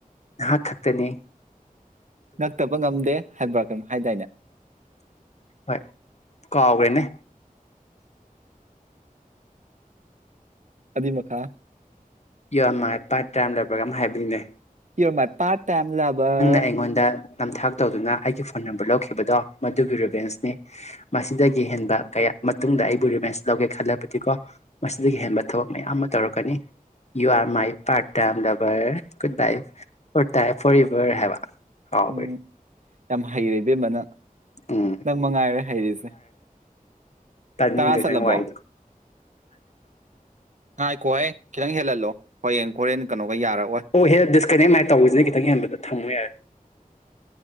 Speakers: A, on the left; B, on the right.
A: ꯉꯍꯥꯛ ꯈꯛꯇꯅꯦ
B: ꯅꯛꯇꯕ ꯉꯝꯗꯦ ꯍꯥꯏꯕ꯭ꯔꯥ ꯀꯩꯝ ꯍꯥꯏꯗꯥꯏꯅꯦ
A: ꯍꯣꯏ ꯀꯥꯎꯈ꯭ꯔꯦꯅꯦ
B: ꯑꯙꯃ ꯈꯥ
A: ꯌꯥꯝ ꯅꯨꯡꯉꯥꯏ ꯄꯥꯏꯠ ꯇꯥꯏꯝ ꯂꯩꯔꯕ꯭ꯔꯒ ꯑꯃ ꯍꯥꯏꯕꯒꯤꯅꯦ
B: ꯌ ꯃꯥꯏ ꯄꯥꯔ ꯇꯥꯏꯝ ꯂꯕꯔ
A: ꯑꯩꯉꯣꯟꯗ ꯅꯝꯊꯥꯛ ꯇꯧꯗꯨꯅ ꯑꯩꯒꯤ ꯐꯣꯟ ꯅꯝꯕꯔ ꯂꯧꯈꯤꯕꯗꯣ ꯃꯗꯨꯒꯤ ꯚꯦꯟꯁꯅꯤ ꯃꯁꯤꯗꯒꯤ ꯍꯦꯟꯕ ꯀꯌꯥ ꯃꯇꯨꯡꯗ ꯑꯩꯕꯨ ꯔꯤꯃꯥꯏꯟꯁ ꯂꯧꯒꯦ ꯈꯜꯂꯕꯗꯤꯀꯣ ꯃꯁꯤꯗꯒꯤ ꯍꯦꯟꯕ ꯊꯕꯛ ꯃꯌꯥꯝ ꯑꯃ ꯇꯧꯔꯛꯀꯅꯤ you are my part time lover goodbye ꯐ ꯐꯣꯔ ꯌꯚꯔ ꯍꯥꯏꯕ ꯀꯥꯎꯒ꯭ꯔꯦ
B: ꯎꯝ ꯌꯥꯝ ꯍꯩꯔꯦ ꯏꯕꯦꯝꯕꯅ
A: ꯎꯝ
B: ꯅꯪ ꯃ ꯉꯥꯏꯔꯦ ꯍꯩꯔꯤꯁꯦ
A: ꯇꯅꯤꯗ
B: ꯇꯔꯥ ꯆꯠꯂꯕꯣ
A: ꯋꯥꯏ
B: ꯉꯥꯏꯈꯣ ꯍꯦ ꯈꯤꯇꯪ ꯍꯦꯜꯍꯜꯂꯣ ꯍꯌꯦꯡ ꯍꯣꯔꯦꯟ ꯀꯩꯅꯣꯒ ꯌꯥꯔꯛꯑꯣꯏ
A: ꯑꯣ ꯍꯦ ꯗꯤꯁꯀꯅꯦꯛ ꯃꯥꯏꯅ ꯇꯧꯁꯤ ꯈꯤꯇꯪ ꯍꯦꯟꯕꯗ ꯊꯝꯃꯨ ꯌꯥꯔꯦ